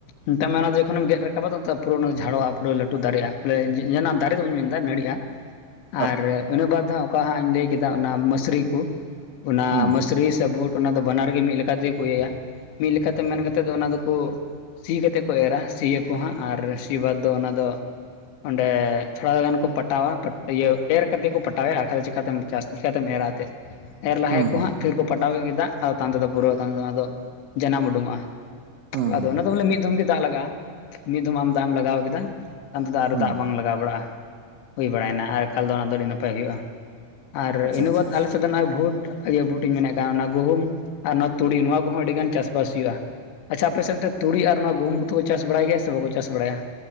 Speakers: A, on the left; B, on the right.
A: ᱢᱮᱛᱟᱜ ᱚᱱᱟ ᱫᱚ ᱡᱚᱠᱷᱚᱱᱮᱢ ᱜᱮᱫ ᱨᱟᱠᱟᱵᱟ ᱛᱚ ᱯᱩᱨᱟᱹ ᱚᱱᱟ ᱡᱷᱟᱲᱚᱜᱼᱟ ᱯᱩᱨᱟᱹ ᱞᱟᱹᱴᱩ ᱫᱟᱨᱮᱜᱼᱟ ᱵᱚᱞᱮ ᱡᱮᱱᱟ ᱫᱟᱨᱮ ᱫᱚ ᱵᱟᱹᱧ ᱢᱮᱱᱫᱟ ᱱᱟᱹᱲᱤᱼᱟ᱾
B: ᱻ <inaudible>
A: ᱟᱨ ᱤᱱᱟᱹ ᱵᱟᱫᱽ ᱦᱟᱜ ᱚᱠᱟ ᱦᱟᱸᱜ ᱤᱧ ᱞᱟᱹᱭ ᱠᱮᱫᱟ ᱚᱱᱟ ᱢᱟᱹᱥᱨᱤ ᱠᱚ ᱚᱱᱟ
B: ᱦᱩᱸ
A: ᱢᱟᱥᱨᱤ ᱥᱮ ᱵᱷᱩᱴ ᱚᱱᱟ ᱫᱚ ᱵᱟᱱᱟᱨᱜᱮ ᱢᱤᱜ ᱞᱮᱠᱟ ᱛᱮᱜᱮ ᱠᱚ ᱤᱭᱟᱹᱭᱟ ᱢᱤᱜ ᱞᱮᱠᱟᱛᱮ ᱢᱮᱱ ᱠᱟᱛᱮᱫ ᱫᱚ ᱚᱱᱟ ᱫᱚᱠᱚ ᱥᱤ ᱠᱟᱛᱮᱫ ᱠᱚ ᱮᱨᱟ ᱥᱤᱭᱟᱠᱚ ᱦᱟᱸᱜ ᱟᱨ ᱥᱤ ᱵᱟᱫᱽ ᱫᱚ ᱚᱱᱟ ᱫᱚ, ᱚᱸᱰᱮ ᱛᱷᱚᱲᱟ ᱜᱟᱱ ᱠᱚ ᱯᱟᱴᱟᱣᱟ ᱤᱭᱟᱹ ᱮᱨ ᱠᱟᱛᱮᱫ ᱠᱚ ᱯᱟᱴᱟᱣᱮᱭᱟ ᱟᱨ ᱠᱷᱟᱡ ᱫᱚ ᱪᱮᱠᱟᱛᱮᱢ ᱪᱟᱥ ᱪᱤᱠᱟᱛᱮᱢ ᱮᱨᱟ ᱮᱛᱮᱜ ᱮᱨ ᱞᱟᱦᱟ
B: ᱦᱩᱸ
A: ᱭᱟᱠᱚ ᱦᱟᱸᱜ ᱯᱷᱤᱨ ᱠᱚ ᱯᱟᱴᱟᱣ ᱠᱮᱫ ᱜᱮᱼᱟ ᱟᱫᱚ ᱛᱟᱭᱚᱢᱛᱮᱫᱚ ᱯᱩᱨᱟᱹᱫᱚ ᱡᱟᱱᱟᱢ ᱩᱰᱩᱠᱚᱜᱼᱟ
B: ᱦᱩᱸ
A: ᱟᱫᱚ
B: ᱦᱩᱸ
A: ᱚᱱᱟ
B: ᱦᱩᱸ
A: ᱫᱚ ᱵᱚᱞᱮ ᱢᱤᱫ ᱫᱚᱢ ᱜᱮ ᱫᱟᱜ ᱞᱟᱜᱟᱜᱼᱟ ᱢᱤᱫ ᱫᱚᱢ ᱟᱢ ᱫᱟᱜ ᱮᱢ ᱞᱟᱜᱟᱣ ᱠᱮᱫᱟ ᱛᱟᱭᱚᱢ ᱛᱮᱫᱚ ᱟᱨ
B: ᱦᱩᱸ
A: ᱫᱟᱜ ᱵᱟᱝ ᱞᱟᱜᱟᱣ ᱵᱟᱲᱟᱜᱼᱟ᱾ ᱦᱩᱭ ᱵᱟᱲᱟᱭᱮᱱᱟ ᱟᱨ ᱮᱠᱟᱞ ᱫᱚ ᱚᱱᱟ ᱫᱚ ᱟᱹᱰᱤ ᱱᱟᱯᱟᱭ ᱦᱩᱭᱩᱜᱼᱟ ᱟᱨ
B: ᱟᱪᱪᱷᱟ
A: ᱤᱱᱟᱹ
B: ᱟᱪᱪᱷᱟ
A: ᱵᱟᱫ ᱟᱞᱮᱥᱮᱫ ᱫᱚ ᱱᱚᱜᱼᱚᱭ ᱵᱷᱩᱴ ᱤᱭᱟᱹ ᱵᱷᱩᱴᱤᱧ ᱢᱮᱱᱮᱫ ᱠᱟᱱ ᱚᱱᱟ ᱜᱩᱦᱩᱢ ᱟᱨ ᱱᱚᱣᱟ ᱛᱩᱲᱤ ᱱᱚᱣᱟ ᱠᱚᱦᱚᱸ ᱟᱹᱰᱤ ᱜᱟᱱ ᱪᱟᱥᱵᱟᱥ ᱦᱩᱭᱩᱜᱼᱟ᱾ ᱟᱪᱪᱷᱟ ᱟᱯᱮ ᱥᱮᱱ ᱛᱮ ᱛᱩᱲᱤ ᱟᱨ ᱱᱚᱣᱟ ᱜᱩᱦᱩᱢ ᱫᱚᱠᱚ ᱪᱟᱥ ᱵᱟᱲᱟᱭ ᱜᱮᱭᱟ ᱥᱮ ᱵᱟᱠᱚ ᱪᱟᱥ ᱵᱟᱲᱟᱭᱟ?